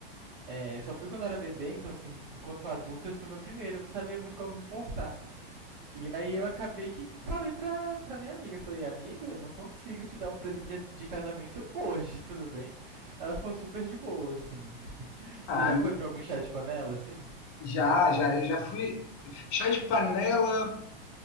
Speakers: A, on the right; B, on the left.
A: é, eu só fui quando eu era bebê, então assim, enquanto adulto esse foi o meu primeiro, eu não sabia muito como me portar. E aí eu acabei que falei pra, pra minha amiga, falei, amiga, eu não consigo te dar o presente de, de casamento <laughs> hoje, tudo bem? Ela ficou super de boa, assim.
B: ah,
A: Você já foi pra algum chá de panela, assim?
B: já, já, eu já fui. Chá de panela,